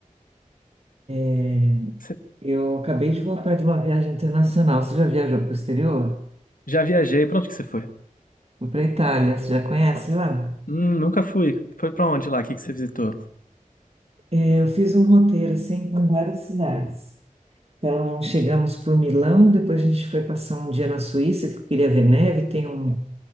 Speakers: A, on the right; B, on the left.
A: É,
B: Você
A: Eu acabei de voltar de uma viagem internacional. Você já viajou para o exterior?
B: já viajei, pra onde que você foi?
A: Fui para a Itália, você já conhece lá?
B: Hum, nunca fui. Foi pra onde lá? O que que você visitou?
A: É, Eu fiz um roteiro assim com várias cidades. Então, chegamos por Milão, depois a gente foi passar um dia na Suíça, que eu queria ver neve. Tem um